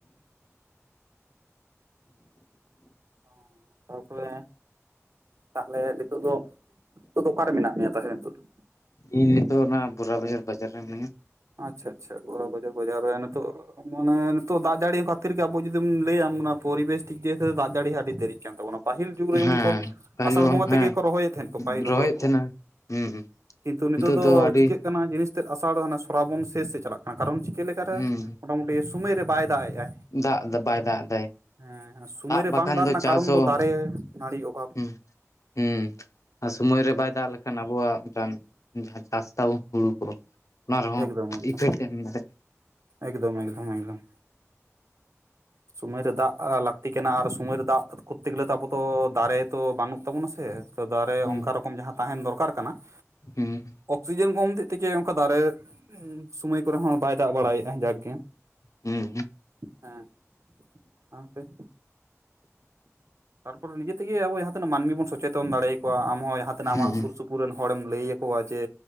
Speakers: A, on the right; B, on the left.
A: ᱚᱸᱻ ᱛᱟᱨᱯᱚᱨᱮ ᱛᱟᱦᱚᱞᱮ ᱱᱤᱛᱚᱜ ᱫᱚ ᱱᱤᱛᱚᱜ ᱫᱚ ᱚᱠᱟᱨᱮ ᱢᱮᱱᱟᱜ ᱢᱮᱭᱟ ᱛᱟᱦᱞᱮ ᱱᱤᱛᱚᱜ ᱫᱚ?
B: ᱤᱧ ᱱᱤᱛᱚᱜ ᱚᱱᱟ ᱵᱚᱨᱟᱼᱵᱟᱡᱟᱨ ᱵᱟᱡᱟᱨ ᱨᱮ ᱢᱤᱱᱟᱹᱧᱟ᱾
A: ᱟᱪᱪᱷᱟ ᱟᱪᱪᱷᱟ ᱵᱚᱨᱟᱼᱵᱟᱡᱟᱨ ᱵᱟᱡᱟᱨ ᱨᱮ ᱱᱤᱛᱚᱜ ᱢᱟᱱᱮ ᱱᱤᱛᱚᱜ ᱫᱟᱜ ᱡᱟᱹᱲᱤ ᱠᱷᱟᱹᱛᱤᱨ ᱜᱮ ᱟᱵᱚ ᱡᱩᱫᱤᱢ ᱞᱟᱹᱭᱟᱢ ᱚᱱᱟ ᱯᱚᱨᱤᱵᱮᱥ ᱫᱤᱠ ᱫᱤᱭᱮ ᱛᱮᱫᱚ ᱫᱟᱜ ᱡᱟᱲᱤ ᱦᱚᱸ ᱟᱹᱰᱤ ᱫᱮᱨᱤᱜ ᱠᱟᱱ ᱛᱟᱵᱚᱱᱟ ᱾ ᱯᱟᱹᱦᱤᱞ ᱡᱩᱜᱽ ᱨᱮ ᱡᱮᱢᱚᱱ
B: ᱦᱮᱸ
A: ᱠᱚ
B: ᱯᱟᱹᱦᱤᱞ
A: ᱟᱥᱟᱲ
B: ᱡᱮᱢᱚᱱ
A: ᱵᱚᱸᱜᱟ
B: ᱦᱮᱸ
A: ᱛᱮᱜᱮ ᱠᱚ ᱨᱚᱦᱚᱭᱮᱫ ᱛᱟᱦᱮᱸᱱ ᱠᱚ ᱯᱟᱹᱦᱤᱞ
B: ᱨᱚᱦᱚᱭᱮᱫ
A: ᱦᱚᱲ ᱠᱚ᱾
B: ᱛᱟᱦᱮᱱᱟ ᱦᱮᱸ
A: ᱠᱤᱱᱛᱩ ᱱᱤᱛᱚᱜ ᱫᱚᱻ
B: ᱫᱚ ᱟᱹᱰᱤ
A: ᱪᱤᱠᱟᱹ ᱠᱟᱱᱟ ᱡᱤᱱᱤᱥ ᱛᱮᱫ ᱟᱥᱟᱲ ᱚᱱᱟ ᱥᱨᱟᱵᱚᱱ ᱥᱮᱥ ᱥᱮᱫ ᱪᱟᱞᱟᱜ ᱠᱟᱱᱟ ᱠᱟᱨᱚᱱ ᱪᱤᱠᱟᱹ ᱞᱮᱠᱟ ᱨᱮ
B: ᱦᱮᱸ
A: ᱢᱚᱴᱟᱢᱩᱴᱤ ᱥᱩᱢᱟᱹᱭ ᱨᱮ ᱵᱟᱭ ᱫᱟᱜᱮᱜᱼᱟᱭ᱾
B: ᱫᱟᱜ ᱫᱚ ᱵᱟᱭ ᱫᱟᱜ ᱮᱫᱟᱭ᱾
A: ᱦᱮᱸ ᱥᱩᱢᱟᱹᱭ ᱨᱮ
B: ᱵᱟᱠᱷᱟᱱ
A: ᱵᱟᱝ ᱫᱟᱜ ᱨᱮᱱᱟᱜ
B: ᱪᱟᱥ
A: ᱠᱟᱨᱚᱱ
B: ᱦᱚᱸ
A: ᱫᱚ ᱫᱟᱨᱮ ᱱᱟᱹᱲᱤ ᱚᱵᱷᱟᱵᱽ
B: ᱦᱩᱸ ᱦᱩᱸ ᱥᱩᱢᱳᱭ ᱨᱮ ᱵᱟᱭ ᱫᱟᱜ ᱞᱮᱠᱷᱟᱱ ᱟᱵᱚᱣᱟᱜ ᱢᱤᱫᱴᱟᱱ ᱡᱟᱦᱟᱸ ᱪᱟᱥ ᱛᱟᱵᱚᱱ ᱦᱩᱲᱩ ᱠᱚ ᱚᱱᱟ ᱨᱮᱦᱚᱸ
A: ᱮᱠᱫᱚᱢ ᱮᱠᱫᱚᱢ,
B: ᱤᱯᱷᱮᱠᱴ ᱮᱢ ᱫᱟᱲᱮᱭᱟᱜᱼᱟ
A: ᱮᱠᱫᱚᱢ ᱮᱠᱫᱚᱢ ᱮᱠᱫᱚᱢ᱾ ᱥᱩᱢᱟᱹᱭ ᱨᱮ ᱫᱟᱜ ᱞᱟᱹᱠᱛᱤ ᱠᱟᱱᱟ ᱟᱨ ᱥᱩᱢᱟᱹᱭ ᱨᱮ ᱫᱟᱜ ᱠᱚᱨᱛᱮ ᱜᱮᱞᱮ ᱛᱚ ᱟᱵᱚ ᱛᱚ ᱫᱟᱨᱮ ᱛᱚ ᱵᱟᱹᱱᱩᱜ ᱛᱟᱵᱚᱱᱟ ᱥᱮ᱾ ᱛᱚ ᱫᱟᱨᱮ
B: ᱦᱩᱸ
A: ᱚᱱᱠᱟ ᱨᱚᱠᱚᱢ ᱡᱟᱦᱟᱸ ᱛᱟᱦᱮᱱ ᱫᱚᱨᱠᱟᱨ ᱠᱟᱱᱟ ᱾
B: ᱦᱩᱸ᱾
A: ᱚᱠᱥᱤᱡᱮᱱ ᱠᱚᱢ ᱦᱚᱛᱮᱡ ᱛᱮᱜᱮ ᱚᱱᱠᱟ ᱫᱟᱨᱮ ᱥᱩᱢᱟᱹᱭ ᱠᱚᱨᱮ ᱦᱚᱸ ᱵᱟᱭ ᱫᱟᱜ ᱵᱟᱲᱟᱭᱮᱫᱼᱟ ᱡᱟᱠ ᱜᱮ᱾
B: ᱦᱩᱸᱻ᱾
A: ᱦᱮᱸ᱾ ᱟᱯᱮ? ᱛᱟᱨᱯᱚᱨ ᱱᱤᱡᱮ ᱛᱮᱜᱮ ᱟᱵᱚ ᱡᱟᱦᱟᱸ ᱛᱤᱱᱟᱹᱜ ᱢᱟᱹᱱᱢᱤ ᱵᱚᱱ ᱥᱚᱪᱮᱛᱚᱱ ᱫᱟᱲᱮᱭᱟᱠᱚᱣᱟ ᱟᱢ ᱦᱚᱸ ᱡᱟᱦᱟᱸ ᱛᱱᱟᱹ
B: ᱦᱩᱸ
A: ᱟᱢᱟᱜ ᱥᱩᱨ ᱥᱩᱯᱩᱨ ᱠᱩ ᱨᱮᱱ ᱦᱚᱲᱮᱢ ᱞᱟᱹᱭ ᱟᱠᱚᱣᱟ ᱡᱮ